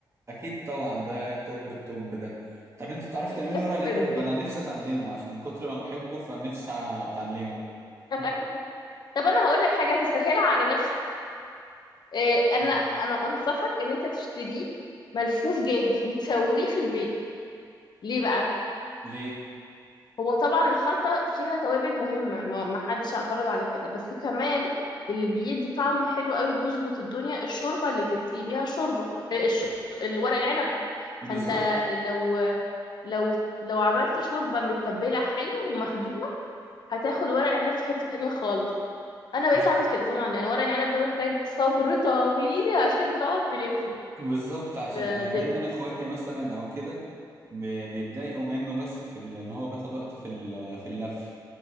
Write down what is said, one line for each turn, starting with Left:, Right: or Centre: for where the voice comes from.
Right: اكيد طبعا ده توب التوب ده طب انت بتعرفي
Left: دي
Right: تعملي
Left: حاجات
Right: ورق العنب
Left: ثوابت كده
Right: انا نفسي اتعلمه عشان من كتر ما بحبه فنفسي اتعلمه
Left: <laughs>
Right: <laughs>
Left: طب انا هقول لك حاجه تسهلها على نفسك إيه، انا
Right: ممكن-
Left: انا انصحك ان انت تشتريه ملفوف جاهز وتسويه في البيت ليه بقى
Right: ليه
Left: هو طبعا الخلطة فيها توابل مهمة ما ما حدش اعترض على كده بس كمان اللي بيدي طعم حلو قوي بيظبط الدنيا الشوربة اللي تتسقي بيها شوربة آه، الش... الورق العنب
Right: بالظبط
Left: فانت لو لو لو عملت شوربة متبلة حلو ومخدومة هتاخد ورق العنب في حتة تانية خالص انا بقيت
Right: بس
Left: اعمل كده طبعا لان ورق العنب ده محتاج صبر طويل <laughs> عشان تقعد تلفه
Right: بالظبط عشان
Left: في
Right: يعني
Left: دم
Right: دايما اخواتي مثلا او كده ب- بيتضايقوا منه بس في ال... ان هو بياخد وقت في ال... في اللف